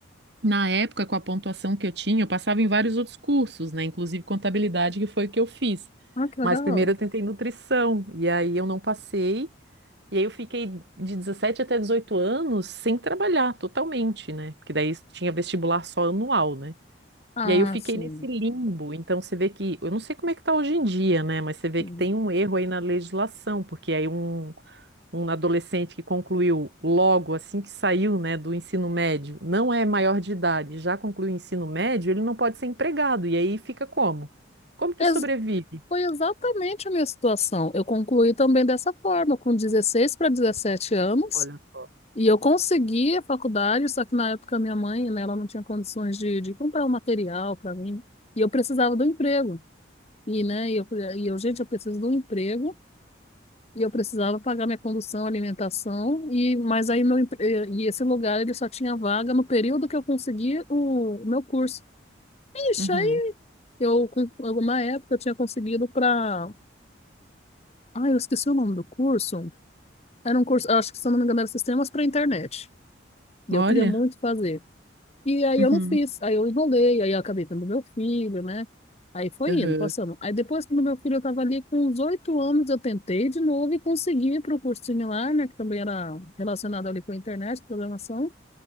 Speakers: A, on the right (about 60°); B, on the left (about 35°).
A: na época, com a pontuação que eu tinha, eu passava em vários outros cursos, né? Inclusive contabilidade, que foi o que eu fiz.
B: Ah, que legal.
A: Mas primeiro eu tentei nutrição, e aí eu não passei, e aí eu fiquei de 17 até 18 anos sem trabalhar totalmente, né? Porque daí tinha vestibular só anual, né?
B: Ah,
A: E aí eu fiquei
B: sim.
A: nesse limbo. Então você vê que, eu não sei como é que tá hoje em dia, né? Mas você vê
B: sim.
A: que tem um erro aí na legislação, porque aí um, um adolescente que concluiu logo assim que saiu, né, do ensino médio, não é maior de idade, já concluiu o ensino médio, ele não pode ser empregado. E aí fica como? Como que
B: Ex-
A: sobrevive?
B: foi exatamente a minha situação. Eu concluí também dessa forma, com dezesseis para dezessete anos,
A: Olha só.
B: e eu consegui a faculdade, só que na época minha mãe, né, ela não tinha condições de, de comprar o material para mim, e eu precisava do emprego. E, né, e eu, e eu, gente, eu preciso de um emprego e eu precisava pagar minha condução, alimentação, e mas aí meu, empre- e e esse lugar ele só tinha vaga no período que eu consegui o, o meu curso. Ixi,
A: Uhum.
B: aí eu, com alguma época, eu tinha conseguido para. Ai, eu esqueci o nome do curso. Era um curso, acho que se eu não me engano, era Sistemas para Internet. E
A: Olha.
B: eu queria muito fazer. E aí
A: Uhum.
B: eu não fiz, aí eu enrolei, aí eu acabei tendo meu filho, né? Aí foi
A: Uhum.
B: indo, passando. Aí depois que meu filho estava ali com uns oito anos, eu tentei de novo e consegui para um curso similar, né? Que também era relacionado ali com a internet, programação.